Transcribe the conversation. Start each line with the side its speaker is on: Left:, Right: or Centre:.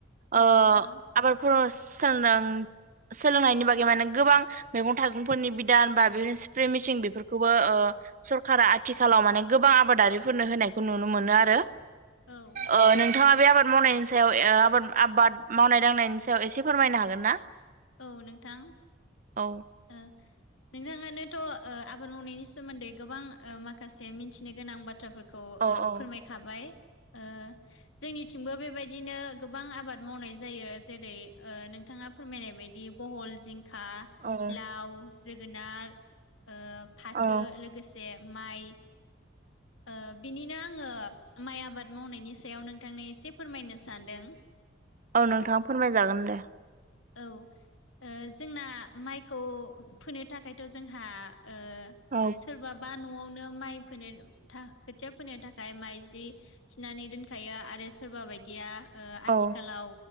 Left: औ
Right: ओ
Left: नोंथां
Right: आबादफोर सोलों सोलोंनायनि बागै माने गोबां मैगं थाय गंफोरनि बिदान बा बे स्प्रे मेसिन बेफोरखौबो ओ सरकारा आथिखालाव माने गोबां आबादारिफोरनो होनायखौ नुनो मोनो आरो
Left: औ
Right: ओ नोंथाङा बे आबाद मावनायनि ओ सायाव आबाद आबाद मावनाय दांनायनि सायाव एसे फोरमायनो हागोन ना
Left: औ नोंथां
Right: औ
Left: ओ नोंथाङानोथ' ओ आबाद मावनायनि सोमोन्दै गोबां ओ माखासे मिथिनो गोनां बाथ्रा खौ
Right: औ
Left: ओ
Right: औ
Left: फोरमायखाबाय ओ जोंनिथिंबो बेबायदिनो गोबां आबाद मावनाय जायो जेरै ओ नोंथाङा फोरमायनाय बायदि बहल जिंखा
Right: औ
Left: लाव जोगोनार ओ फाथो
Right: औ
Left: लोगोसे माइ ओ बिनिनो आङो माइ आबाद मावनायनि सायाव नोंथांनो एसे फोरमायनो सानदों
Right: औ नोंथाङा फोरमायजागोन दे
Left: औ ओ जोंना माइखौ फोनो थाखायथ' जोंहा ओ
Right: औ
Left: सोरबाबा न'आवनो माइ फोनो खोथिया फोनो थाखाय माइदि थिनानै दोनखायो आरो सोरबा बायदिया ओ आथिखालाव
Right: औ